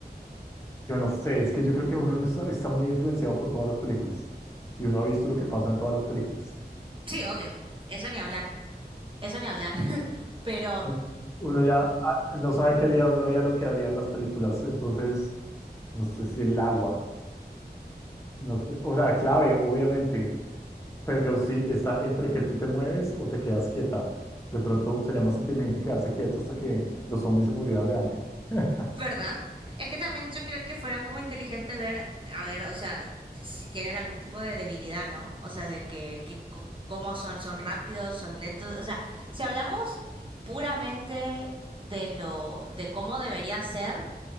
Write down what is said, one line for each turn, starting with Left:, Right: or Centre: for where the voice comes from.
Left: Yo no sé, es que yo creo que uno no está, está muy influenciado por todas las películas y uno ha visto lo que pasa en todas las películas.
Right: Sí, obvio. Eso ni hablar. Eso ni hablar. <laughs> Pero
Left: Entonces, Uno ya ah, no sabe qué haría, uno haría lo que haría en las películas, entonces no sé si el agua. No sé, o sea, clave, obviamente, pero si está entre que tú te mueves o te quedas quieta. De pronto sería más inteligente quedarse quieto hasta que los zombies se murieran de hambre. <laughs>
Right: ¿verdad? Es que también yo creo que fuera como inteligente ver, a ver, o sea, si tienen algún tipo de debilidad, ¿no? O sea, de que, que co- cómo son, son rápidos, son lentos. O sea, si hablamos puramente de lo, de cómo debería ser,